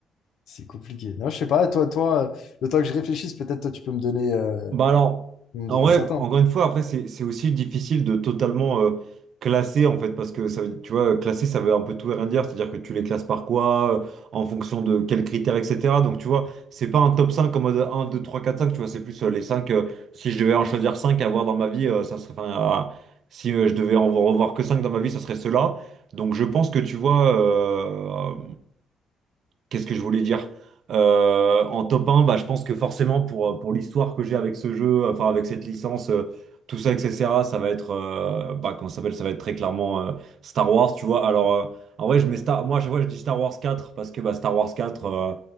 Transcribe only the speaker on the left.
C'est compliqué. Non, je sais pas, toi, toi, euh, le temps que je réfléchisse, peut-être toi tu peux me donner, euh,
me
donner
certains.